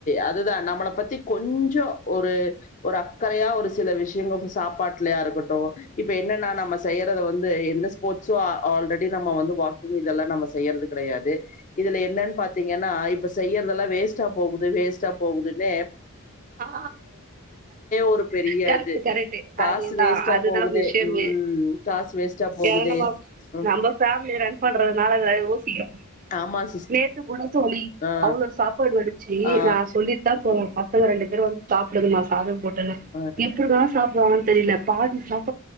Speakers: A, on the left; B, on the right.
A: அதுதா நம்மள பத்தி கொஞ்சோ ஒரு ஒரு அக்கறயா ஒரு சில விஷ்யங்க சாப்பாட்லையா இருக்கட்டு இப்ப என்னன்னா நம்ம செய்றத வந்து எந்த ஸ்போட்சும் ஆல்ரெடி நம்ம வந்து வாக்கிங் இதல்லா நம்ம செயற்து கெடயாது இதுல என்னன் பாத்தீங்கன்னா இப்ப செய்யற்தல்லா வேஸ்ட்டா போகுது வேஸ்ட்டா போகுதுன்னே
B: ஆ
A: ஒரு பெரிய
B: கரெக்டு
A: இது
B: கரெக்டு
A: காசு
B: அதேதா
A: வேஸ்ட்டா
B: அதுதா
A: போகுது
B: விஷ்யமே
A: ம் காசு வேஸ்ட்டா போகுதே
B: ஏ நம்மோ
A: ம்
B: நம்பஃபேம்லிய ரன் பண்றதுனால அத யோசிக்கிறோ
A: ஆமா சிஸ்
B: நேத்து கூட தோழி
A: ஆ
B: அவ்ளோ சாப்பாடு வடிச்சி
A: ஆ
B: நா சொல்லிட்தா போன ரெண்டு பேரும் வந்து சாப்டுங்மா சாதம் போட் டுனு
A: ஆ
B: எப்போடா சாப்டுவாங்கன் தெரிய்ல பாதி சாப்